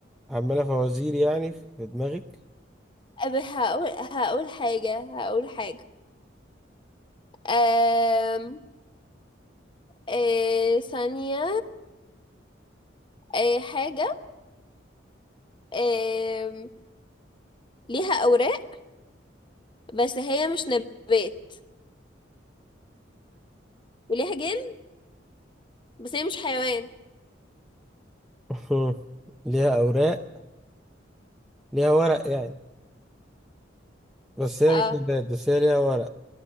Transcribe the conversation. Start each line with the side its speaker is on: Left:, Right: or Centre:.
Centre: محملة فوازير يعني في دماغك
Left: أب- هقول هقول حاجة هقول حاجة أم... أه... ثانية أه... حاجة أم... ليها أوراق بس هي مش نبات وليها جلد بس هي مش حيوان
Centre: <laughs> ليها اوراق ليها ورق يعني بس هي
Left: اه
Centre: مش نبات بس هي ليها ورق